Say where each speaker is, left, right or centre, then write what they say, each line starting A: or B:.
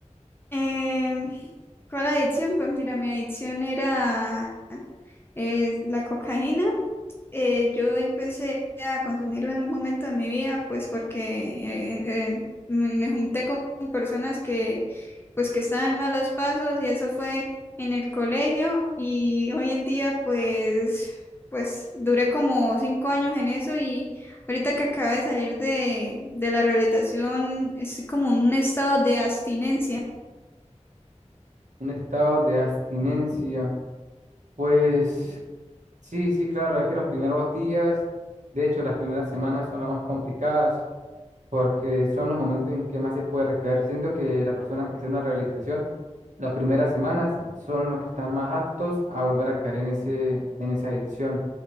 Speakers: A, on the left; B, on the right.
A: Eh, ¿cuál adicción? Pues mira, mi adicción era eh, la cocaína. eh, yo empecé a consumirlo en un momento de mi vida, pues porque eh, eh, me junté con personas que, pues que estaban en malos pasos y eso fue en el colegio y hoy en día, pues, pues duré como cinco años en eso y ahorita que acabo de salir de, de la rehabilitación, es como un estado de abstinencia.
B: Un estado de abstinencia. Pues sí, sí, claro, es que los primeros días, de hecho, las primeras semanas son las más complicadas porque son los momentos en que más se puede recaer. Siento que las personas que hacen una rehabilitación Las primeras semanas son los que están más aptos a volver a caer en ese, en esa adicción.